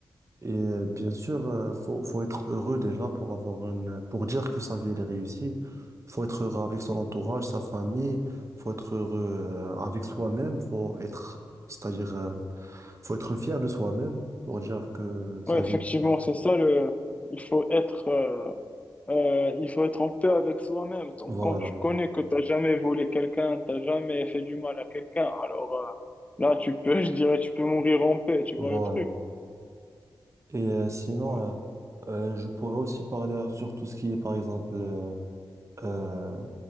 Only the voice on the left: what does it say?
Ouais, effectivement,
c'est ça le, il faut être, euh, euh, il faut être en paix avec soi-même. Donc,
quand tu connais que t'as jamais volé quelqu'un, t'as jamais fait du mal à quelqu'un, alors, euh, là, tu peux, <laughs> je dirais, tu peux mourir en paix, tu
vois le truc.
Ouais,